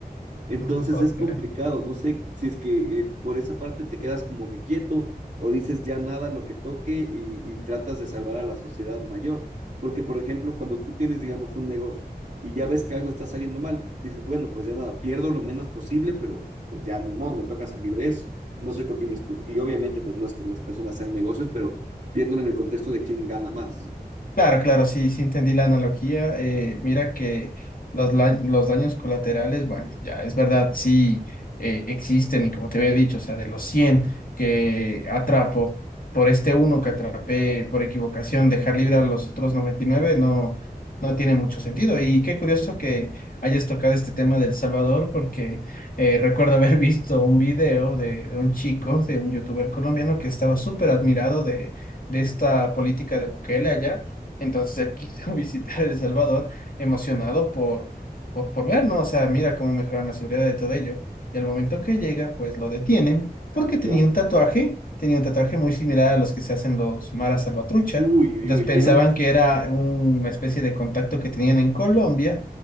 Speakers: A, on the right; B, on the left.
A: Entonces
B: no te puedo
A: es complicado,
B: creer.
A: no sé si es que eh, por esa parte te quedas como que quieto o dices ya nada lo que toque y, y tratas de salvar a la sociedad mayor. Porque, por ejemplo, cuando tú tienes, digamos, un negocio y ya ves que algo está saliendo mal, dices, bueno, pues ya nada, pierdo lo menos posible, pero pues ya ni modo, me toca salir de eso. No sé qué opinas tú. Y obviamente, pues no es que las personas sean negocios, pero viéndolo en el contexto de quién gana más.
B: Claro, claro, sí, sí entendí la analogía. eh, mira que los, la- los daños colaterales, bueno, ya es verdad, sí eh, existen y como te había dicho, o sea, de los 100 que atrapo, por este uno que atrapé por equivocación, dejar libre a los otros 99 no, no tiene mucho sentido. Y qué curioso que hayas tocado este tema del Salvador, porque eh, recuerdo haber <laughs> visto un video de, de un chico, de un youtuber colombiano que estaba súper admirado de de esta política de Bukele allá entonces él quiso <laughs> visitar El Salvador emocionado por, por, por ver, ¿no? O sea, mira cómo mejoraron la seguridad de todo ello. Y al momento que llega, pues lo detienen porque tenía
A: Ya.
B: un tatuaje, tenía un tatuaje muy similar a los que se hacen los maras salvatrucha.
A: Uy, uy,
B: Entonces
A: uy,
B: pensaban
A: ya.
B: que era una especie de contacto que tenían en Colombia